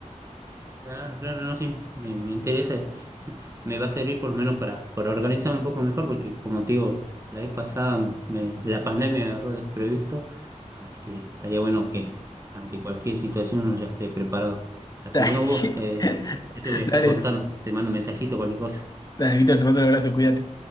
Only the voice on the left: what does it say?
<laughs>
Dale,
dale,
dale, Víctor, te mando un abrazo, cuídate.